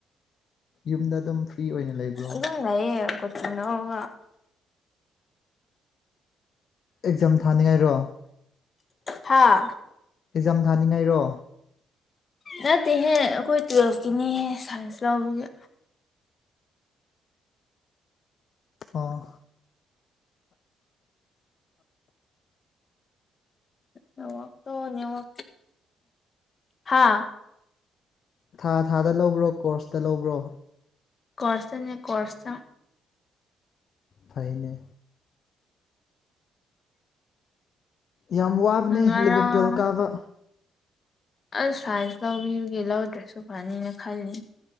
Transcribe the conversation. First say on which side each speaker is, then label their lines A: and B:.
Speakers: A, on the left; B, on the left.
A: ꯌꯨꯝꯗ ꯑꯗꯨꯝ ꯐ꯭ꯔꯤ ꯑꯣꯏꯅ ꯂꯩꯕ꯭ꯔꯣ
B: ꯎ ꯅ ꯀꯁꯨꯅ ꯍꯧ
A: ꯑꯦꯛꯖꯥꯝ ꯊꯥꯅꯤꯡꯉꯥꯏꯔꯣ
B: ꯍꯥꯥ
A: ꯍꯖꯥꯝ ꯊꯥꯅꯤꯡꯉꯥꯏꯔꯣ
B: ꯅꯠꯇꯦꯍꯦ ꯑꯩꯈꯣꯏ ꯇꯨꯋꯜꯐꯀꯤꯅꯤꯍꯦ ꯁꯥꯏꯟꯁ ꯂꯧꯕꯒꯤ
A: ꯑꯣ
B: ꯅ ꯅ ꯍꯥ <unintelligible>
A: ꯊꯥ ꯊꯥꯗ ꯂꯧꯕ꯭ꯔꯣ ꯀꯣꯔꯁꯇ ꯂꯧꯕ꯭ꯔꯣ
B: ꯀꯣꯔꯁꯇꯅꯤ ꯀꯣꯔꯁꯇ
A: ꯐꯥꯏꯅꯦ ꯌꯥꯝ ꯋꯥꯕꯅꯦ
B: ꯉꯔꯥꯡ
A: ꯏꯂꯚꯦꯟ ꯇꯨꯋꯦꯜꯕ ꯀꯥꯕ
B: ꯑꯁ ꯁꯥꯏꯟꯁ ꯇꯧꯕꯤꯒꯤ ꯂꯧꯗ꯭ꯔꯁꯨ ꯐꯅꯤꯅ ꯈꯜꯂꯤ